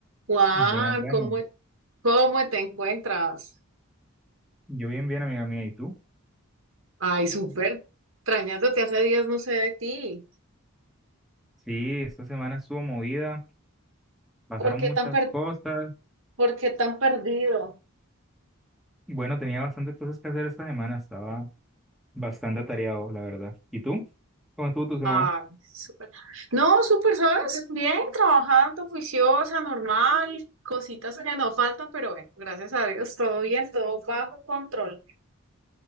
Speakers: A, on the right (about 70°); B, in the centre.
A: Guau,
B: Buenas, buenas.
A: ¿cómo, cómo te encuentras?
B: Yo bien, bien, amiga mía. ¿Y tú?
A: Ay, súper. Extrañándote hace días, no sé de ti.
B: Sí, esta semana estuvo movida, pasaron
A: ¿Por qué
B: muchas
A: tan per-
B: cosas.
A: por qué tan perdido?
B: Y Bueno, tenía bastantes cosas que hacer esta semana, estaba bastante atareado, la verdad. ¿Y tú? ¿Cómo estuvo tu semana?
A: Ay, súper. No, súper, ¿sabes? Bien, trabajando, juiciosa, normal, cositas que no faltan, pero bueno, gracias a Dios, todo bien, todo bajo control.